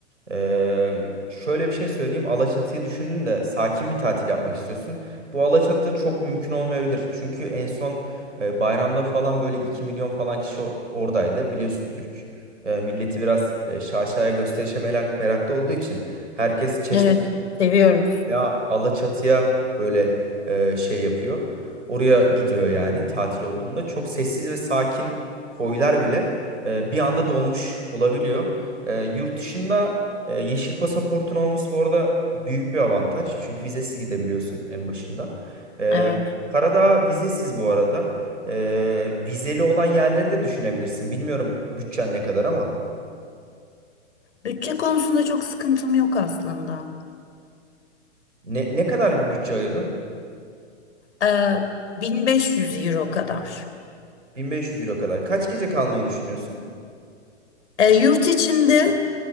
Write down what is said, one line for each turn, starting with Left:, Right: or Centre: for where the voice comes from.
Right: Ee, şöyle bir şey söyleyeyim. Alaçatı'yı düşündün de sakin bir tatil yapmak istiyorsun. Bu Alaçatı'da çok mümkün olmayabilir. Çünkü en son e, bayramda falan böyle 2 milyon falan kişi o- oradaydı. Biliyorsun Türk e, milleti biraz e, şaşaya gösterişe merak, meraklı olduğu için herkes Çeşme
Left: Evet, seviyoruz.
Right: ya Alaçatı'ya böyle e, şey yapıyor. Oraya gidiyor yani tatil olduğunda. Çok sessiz ve sakin koylar bile e, bir anda dolmuş olabiliyor. E, yurt dışında e, yeşil pasaportun olması bu arada büyük bir avantaj. Çünkü vizesiz gidebiliyorsun en başında. E,
Left: Evet.
Right: Karadağ vizesiz bu arada. E, vizeli olan yerleri de düşünebilirsin. Bilmiyorum bütçen ne kadar ama.
Left: Bütçe konusunda çok sıkıntım yok aslında.
Right: Ne, ne kadarlık bir bütçe ayırdın?
Left: Ee, 1500 euro kadar.
Right: 1500 euro kadar. Kaç gece kalmayı düşünüyorsun?
Left: E, yurt içinde